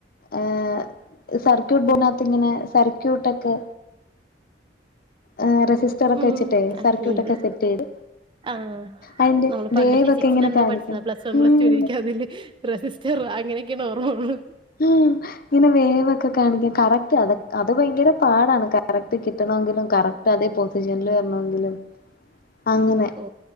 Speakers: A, on the left (about 55°); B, on the right (about 30°).
A: ഏഹ് സർക്യൂട്ട് ബോന്നത്ത് ഇങ്ങനെ സർക്യൂട്ട ഒക്കെ ഏഹ് റെസിസ്റ്റർ ഒക്കെ
B: ഉം
A: വെച്ചിട്ടേ
B: അഹ്
A: സർക്യൂട്ടൊക്കെ
B: എനി
A: സെറ്റ് ചെയ്ത്
B: ആഹ്
A: അതിന്റെ
B: നമ്മള് പണ്ട്
A: വേവൊക്കെ
B: ഫിസിക്സിനെന്തോ
A: ഇങ്ങനെ കാണിക്കും
B: പഠിച്ചതാ പ്ലസ് വൺ
A: ഉം
B: പ്ലസ് ടുവിന് എനിക്ക് അതില് റെസിസ്റ്റർ അങ്ങനെയൊക്കെണ് ഓർമ്മഒള്ളൂ
A: ഉം ഹെ ഇങ്ങനെ വേവൊക്കെ കാണിക്കൻ കറക്റ്റ് അതൊ അത് ഭയങ്കര പാടാണ് കറക്റ്റ് കിട്ടണമെങ്കിലും കറക് ട്ടതേ പൊസിഷൻൽ വര്ണെങ്കിലും അങ്ങനെ
B: ഓ